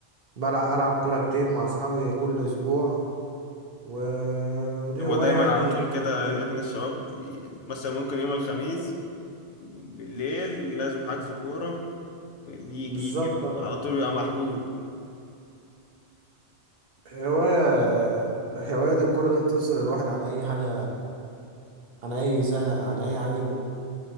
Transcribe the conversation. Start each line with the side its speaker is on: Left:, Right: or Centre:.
Right: بلعب العب كوره كتير مع اصحابي كل اسبوع و- ودي
Left: هو
Right: هوايه
Left: دايما
Right: يعني
Left: على طول كده إحنا الشباب ي- مثلا ممكن يوم الخميس بالليل لازم حجز كورة اللي يجي
Right: بالظبط
Left: يجي بقى.
Right: آه.
Left: على طول بيبقى محجوز
Right: هوايه <laughs> هوايه الكوره دي بتفصل الواحد عن اي حاجه عن اي زهق عن اي حاجه ب-